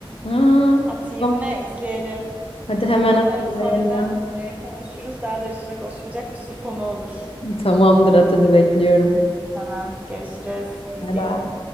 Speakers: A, on the left; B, on the right.
A: Aa,
B: Atayım
A: tamam.
B: ve izleyelim.
A: Hadi hemen
B: Yorumlarını
A: atlayalım.
B: sonradan e, konuşuruz. Daha da üstüne konuşulacak bir sürü konu olur.
A: Tamamdır hadi bekliyorum.
B: Tamam, görüşürüz. Hadi izleyelim.
A: Bay bay.